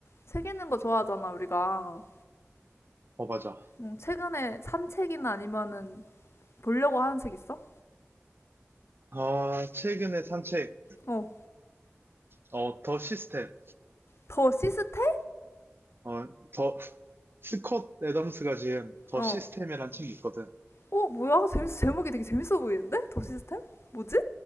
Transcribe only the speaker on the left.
책 읽는 거 좋아하잖아, 우리가.
응, 최근에 산 책이나 아니면은 보려고 하는 책 있어?
어,
더 시스템?
어.
어, 뭐야? 재밌, 제목이 되게 재밌어 보이는데? 더 시스템? 뭐지?